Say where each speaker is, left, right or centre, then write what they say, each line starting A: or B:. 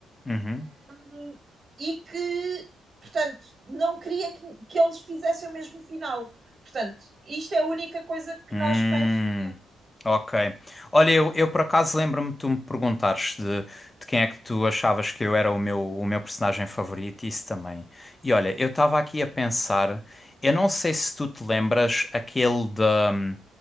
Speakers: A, on the left; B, on the right.
A: Uhum.
B: um, e que, portanto, não queria que, que eles fizessem o mesmo final. Portanto, isto é a única coisa que
A: Hum,
B: nós fãs sabemos.
A: ok. Olha, eu, eu por acaso lembro-me de tu me perguntares de, de quem é que tu achavas que eu era o meu, o meu personagem favorito, isso também. E olha, eu estava aqui a pensar, eu não sei se tu te lembras aquele de. hum,